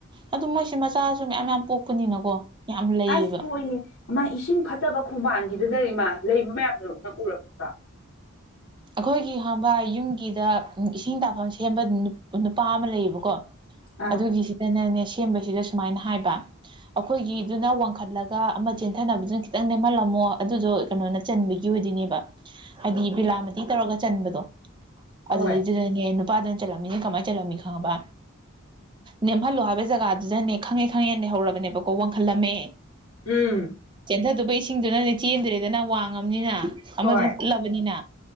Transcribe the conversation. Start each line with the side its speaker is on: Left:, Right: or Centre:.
Right: ꯑꯗꯨ ꯃꯣꯏꯁꯦ ꯃꯆꯥꯁꯨ ꯃꯌꯥꯝ ꯃꯌꯥꯝ ꯄꯣꯛꯄꯅꯤꯅꯀꯣ ꯌꯥꯝ ꯂꯩꯌꯦꯕ
Left: ꯑꯁ ꯄꯣꯛꯢꯍꯦ ꯃꯥ ꯏꯁꯤꯡ ꯐꯠꯇꯕ ꯈꯣꯡꯕꯥꯟꯒꯤꯗꯨꯗ ꯏꯃꯥ ꯂꯩꯕ ꯃꯌꯥꯝꯗꯨ ꯅꯪ ꯎꯔꯛꯇ꯭ꯔ
Right: ꯑꯈꯣꯏꯒꯤ ꯍꯪꯕꯥ ꯌꯨꯝꯒꯤꯗ ꯏꯁꯤꯡ ꯇꯥꯐꯝ ꯁꯦꯝꯕ ꯅꯨꯄꯥ ꯑꯃ ꯂꯩꯕꯀꯣ
Left: ꯑꯥ
Right: ꯑꯗꯨꯒꯤꯁꯤꯗꯅꯅꯦ ꯁꯦꯝꯕꯁꯤꯗ ꯁꯨꯃꯥꯏꯟ ꯍꯥꯏꯕ ꯑꯈꯣꯏꯒꯤꯗꯨꯅ ꯋꯥꯡꯈꯠꯂꯒ ꯑꯃ ꯆꯦꯟꯊꯅꯕꯗꯨꯅ ꯈꯤꯇꯪ ꯅꯦꯝꯍꯜꯂꯝꯃꯣ ꯑꯗꯨꯗꯣ ꯀꯅꯣꯅ ꯆꯟꯕꯒꯤ ꯑꯣꯢꯗꯣꯢꯅꯦꯕ ꯍꯥꯏꯗꯤ ꯕꯤꯂꯥ ꯇꯤ ꯇꯧꯔꯒ ꯆꯟꯕꯗꯣ
Left: ꯍꯣꯏ
Right: ꯑꯗꯨꯗꯩꯗꯨꯗꯅꯦ ꯅꯨꯄꯥꯗꯨꯅ ꯆꯠꯂꯝꯃꯤꯅ ꯀꯃꯥꯏꯟ ꯆꯜꯂꯝꯃꯤ ꯈꯪꯉꯕ ꯅꯦꯝꯍꯜꯂꯣ ꯍꯥꯏꯕ ꯖꯒꯥꯗꯨꯗꯅꯦ ꯈꯪꯉꯦ ꯈꯪꯉꯦꯅ ꯂꯩꯍꯧꯔꯕꯅꯦꯕꯀꯣ ꯋꯥꯡꯈꯜꯂꯝꯃꯦ
Left: ꯎꯝ
Right: ꯆꯦꯟꯊꯗꯨꯕ ꯏꯁꯤꯡꯗꯨꯅꯅꯦ ꯆꯦꯟꯗ꯭ꯔꯦꯗꯅ ꯋꯥꯡꯉꯝꯅꯤꯅ ꯑꯃꯗꯨꯅ
Left: ꯍꯣꯏ
Right: ꯀꯨꯠꯂꯕꯅꯤꯅ